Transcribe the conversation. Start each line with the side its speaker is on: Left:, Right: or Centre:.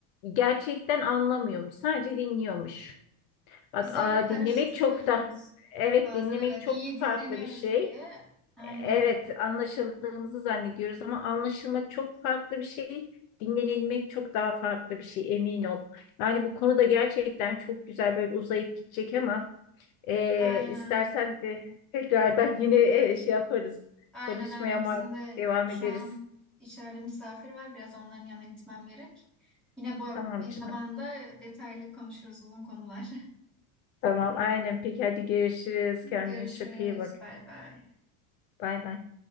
Left: gerçekten anlamıyormuş sadece dinliyormuş. Bak
Centre: Biz öyle
Left: aa,
Centre: karıştırıyoruz.
Left: dinlemek çok da evet
Centre: Bazen
Left: dinlemek
Centre: evet
Left: çok
Centre: iyi
Left: farklı
Centre: dinleniyoruz
Left: bir şey.
Centre: diye. Aynen.
Left: Evet, anlaşıldığımızı zannediyoruz ama anlaşılmak çok farklı bir şey, dinlenilmek çok daha farklı bir şey, emin ol. Yani bu konuda gerçekten çok güzel böyle uzayıp gidecek ama e,
Centre: Aynen.
Left: istersen de tekrardan yine e, şey yaparız,
Centre: Aynen
Left: konuşmaya
Centre: aynen.
Left: ma-
Centre: Bizim de
Left: devam
Centre: şu
Left: ederiz.
Centre: an içeride misafir var. Biraz onların yanına gitmem gerek. Yine bu
Left: Tamam
Centre: bir
Left: canım,
Centre: zamanda detaylı konuşuruz uzun konular.
Left: tamam aynen peki hadi görüşürüz,
Centre: <laughs> Görüşürüz.
Left: kendine çok iyi bak,
Centre: Bay bay.
Left: bay bay.